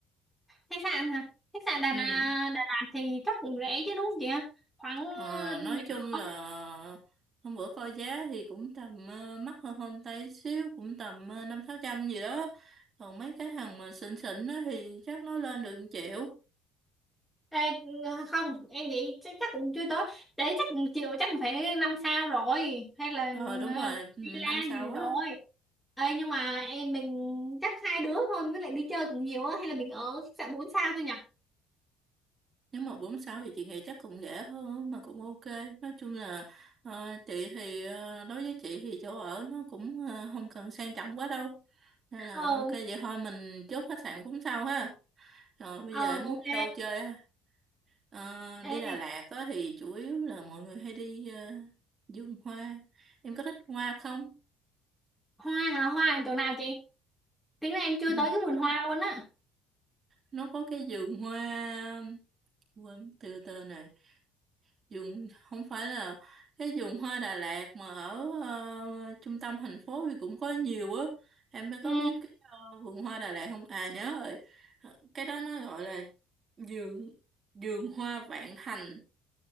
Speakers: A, in the centre; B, on the right.
A: khách sạn hả khách sạn Đà,
B: Ừ.
A: Nà- Đà Lạt thì chắc cũng rẻ chứ đúng không chị ạ? khoảng ờ,
B: Ờ,
A: mình
B: nói chung là
A: ở
B: hôm bữa coi giá thì cũng tầm ờ, mắc hơn hôm tay xíu cũng tầm ờ, năm sáu trăm gì đó còn mấy cái thằng mà xịn xịn á thì chắc nó lên được 1 triệu
A: Ê, không em nghĩ chắc, chắc cũng chưa tới để chắc chịu chắc phải năm sao rồi hay là
B: ờ đúng rồi
A: ờ,
B: ừ,
A: villa
B: năm sau
A: gì rồi
B: á
A: Ê, nhưng mà em mình chắc hai đứa thôi với lại đi chơi cũng nhiều á hay là mình ở khách sạn bốn sao thôi nhỉ
B: nếu mà bốn sáu thì chị nghĩ chắc cũng rẻ hơn mà cũng ok nói chung là ờ, chị thì ờ, đối với chị thì chỗ ở nó cũng ờ, không cần sang trọng quá đâu nên là
A: ờ
B: ok vậy thôi mình chốt khách sạn cũng sau ha rồi bây
A: ờ
B: giờ em muốn
A: ok
B: đi đâu chơi á Ờ,
A: Ê,
B: đi Đà Lạt á, thì chủ yếu là mọi người hay đi ờ, vườn hoa. Em có thích hoa không?
A: hoa hả hoa ở chỗ nào chị tính là em chưa
B: Ừ.
A: tới cái vườn hoa luôn á
B: Nó có cái vườn hoa quên mất tiêu tên này. Vườn không phải là cái vườn hoa Đà Lạt mà ở ờ, trung tâm thành phố thì cũng có nhiều á. Em
A: ừ
B: có biết cái ờ, vườn hoa Đà Lạt không? À nhớ rồi. Cái đó nó gọi là vườn vườn hoa Vạn Thành.